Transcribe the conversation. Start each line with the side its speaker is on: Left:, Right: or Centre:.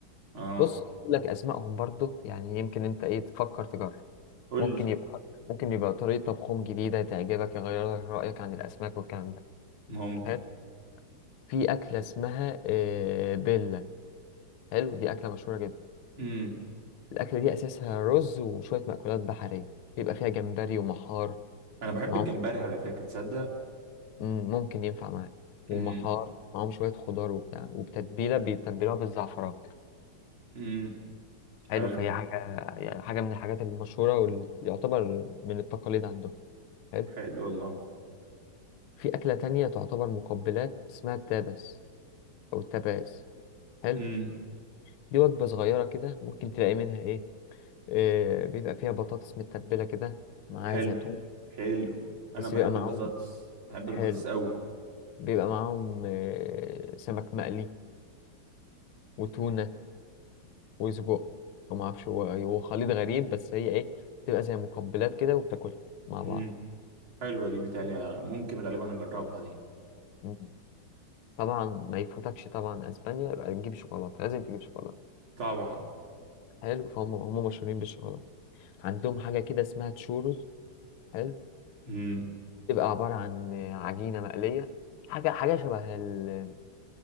Right: اه
Left: بص هقول لك اسمائهم برضو يعني يمكن انت ايه تفكر تجرب
Right: قول
Left: ممكن
Right: لي
Left: يبقى ممكن يبقى طريقه طبخهم جديده تعجبك يغير لك رايك عن الاسماك والكلام ده
Right: ممكن
Left: حلو في اكله اسمها آه، بيلا حلو دي اكله مشهوره جدا
Right: امم
Left: الاكله دي اساسها رز وشويه مأكولات بحريه بيبقى فيها جمبري ومحار
Right: انا بحب
Left: معاهم
Right: الجمبري على فكرة تصدق
Left: مم، ممكن ينفع معاك ومحار
Right: مم.
Left: معاهم شويه خضار وبتاع وبتتبيله بيتبلوها بالزعفران
Right: امم
Left: حلو
Right: حلو
Left: فهي حاجه يعني حاجه من الحاجات المشهوره واللي يعتبر من التقاليد عندهم حلو
Right: حلو والله
Left: في أكلة تانية تعتبر مقبلات اسمها التابس أو التباس حلو
Right: امم
Left: دي وجبة صغيرة كده ممكن تلاقي منها إيه آه بيبقى فيها بطاطس متبلة كده معاها
Right: حلو
Left: زيتون
Right: حلو انا
Left: بس
Right: بحب
Left: بيبقى معاهم
Right: البطاطس بحب
Left: حلو
Right: البطاطس قوي
Left: بيبقى معاهم آه سمك مقلي وتونة وسجق وما أعرفش هو هو خليط غريب بس هي إيه بتبقى زي مقبلات كده وبتاكلها مع
Right: امم
Left: بعض
Right: حلوه دي بتالي ممكن غالبا اجربها دي
Left: مم. طبعا ما يفوتكش طبعا اسبانيا يبقى تجيب شوكولاته لازم تجيب شوكولاته
Right: طبعا
Left: حلو فهم هم مشهورين بالشوكولاته عندهم حاجه كده اسمها تشورز حلو
Right: امم
Left: تبقى عبارة عن عجينة مقلية حاجة حاجة شبه ال...